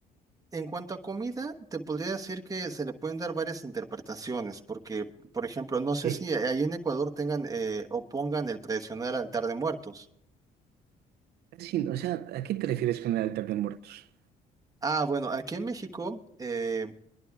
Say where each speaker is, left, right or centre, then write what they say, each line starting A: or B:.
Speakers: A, on the right (about 20°); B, on the right (about 70°).
A: En cuanto a comida, te podría decir que se le pueden dar varias interpretaciones, porque, por ejemplo, no sé
B: ¿Eh?
A: si ahí en Ecuador tengan eh, o pongan el tradicional altar de muertos.
B: Casi- o sea, ¿a qué te refieres con el altar de muertos?
A: Ah, bueno, aquí en México eh,